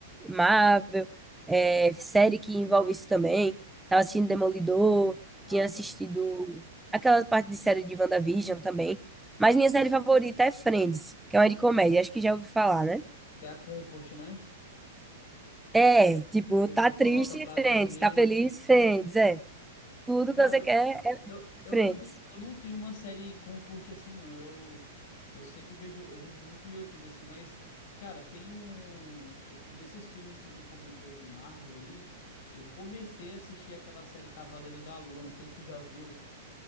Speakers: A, in the centre; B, on the left.
A: Marvel, é, série que envolve isso também. Tava assistindo Demolidor,
B: Ah,
A: tinha
B: tá.
A: assistido aquela parte de série de WandaVision também. Mas minha série favorita é Friends, que é uma de comédia. Acho que já ouvi falar, né?
B: Que é a Comfort, né?
A: É, tipo,
B: A pessoa
A: tá triste,
B: coloca pra
A: Friends.
B: dormir.
A: Tá feliz, Friends. É. Tudo
B: Cara,
A: que você
B: eu,
A: quer é
B: eu, eu
A: Friends.
B: não tenho, eu não tenho uma série comfort assim, não. Eu, eu sempre vejo, eu vejo muito YouTube assim, mas, cara, tem um. Desses filmes que tu comentou de Marvel aí, eu comecei a assistir aquela série Cavaleiro da Lua, não sei se tu já viu.